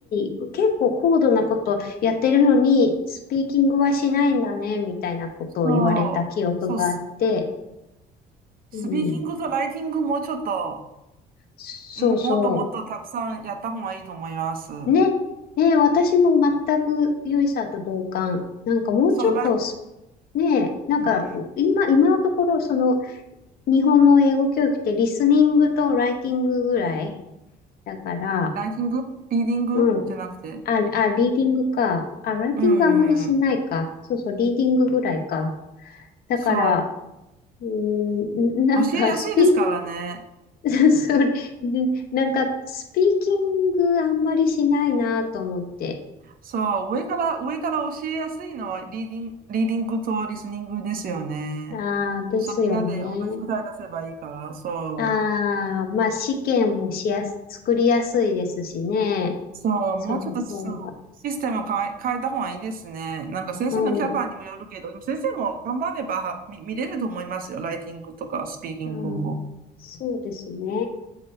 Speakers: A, on the left (about 60°); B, on the right (about 60°).
A: い、結構高度なことやってるのに、スピーキングはしないんだね、みたいなことを言われた記憶があって、
B: そう、そうス、スピーキングとライティングもちょっと、
A: うん、そうそ
B: ももっともっとたくさんやった方がいいと思います。
A: う。ね、ね、私も全く良いさんと同感。なんかもうちょっとス
B: そう、ライ、
A: ねえ、なんか、
B: うん、
A: 今、今のところ、その、日本の英語教育ってリスニングとライティングぐらいだから、
B: ライティングリーディングじゃなくて。
A: うん。あ、あ、リーディングか。あ、ライティングあんまりしないか。
B: うん、
A: そうそう、リーディングぐらいか。だから、
B: そ
A: うーん、なんか、
B: う、教えやすいですからね。
A: スピ、<laughs> それ、でなんか、スピーキングあんまりしないなと思って。
B: そう、上から、上から教えやすいのはリーディング、リーディングとリスニングですよね。
A: ああ、ですよね。
B: そう、みんなで同じ答え出せばいいから、そう。
A: ああ、まあ、試験もしやす、作りやすいですしね。
B: そう、
A: その方が。
B: もうちょっとそのシステムを変え、変えた方がいいですね。なんか先生のキャパにもよるけど、
A: うん。
B: でも先生も頑張ればは見、見れると思いますよ。ライティングとかスピーキングも。
A: あーそうですね。